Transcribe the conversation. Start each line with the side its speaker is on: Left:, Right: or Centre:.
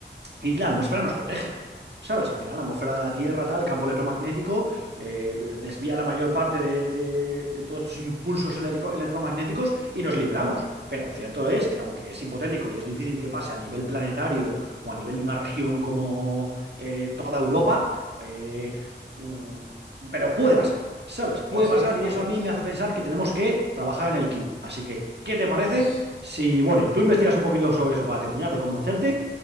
Right: y la atmósfera nos protege. ¿Sabes? Al final la atmósfera de la Tierra, tal, el campo electromagnético, eh, desvía la mayor parte de, de- de todos estos impulsos electro- electromagnéticos y nos libramos. Pero cierto es que aunque es hipotético y es difícil que pase a nivel planetario o a nivel de una región como eh, toda Europa, eh, mm, pero puede pasar, ¿sabes? Puede
Left: ¿Sabes qué,
Right: pasar y
Left: Alex?
Right: eso a mí me hace pensar que tenemos que trabajar en el kit. Así que, ¿qué te parece?
Left: Es...
Right: Si, bueno, y tú investigas un poquito sobre eso para terminar de convencerte